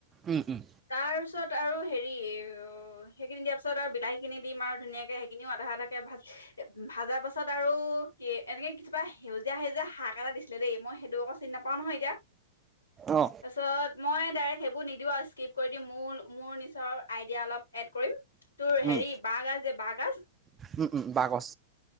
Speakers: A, on the right; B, on the left.
A: উম উম
B: তাৰ পিছত আৰু হেৰি অ সেইখিনি দিয়া ত পিছত আৰু বিলাহী খিনি দিম আৰু ধুনীয়াকে সেইখিনিও আধা আধাকে ভাজ ভাজা পাছত আৰু কি এনেকে কছিবা সেউজীয়া সেউজীয়া শাক এটা দিছিলে দেই মই ত আকৌ চিনি নাপাও নহয় এতিয়া
A: অ
B: তাৰপিছত মই ডাইক সেইবোৰ নি দিওঁ আৰু স্কিপ কৰি দি মোৰ মোৰ নিচৰ আইডিয়া অলপ এড কৰিম তোৰ হেৰি
A: উম
B: বাঁহগাজ যে বাঁহগাজ
A: উম উম বাকচ